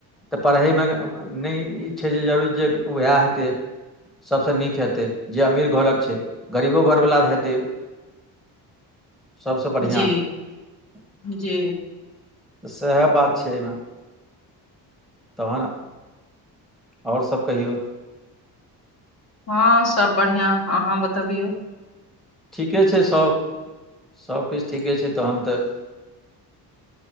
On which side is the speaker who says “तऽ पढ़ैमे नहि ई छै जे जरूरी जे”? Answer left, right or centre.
Centre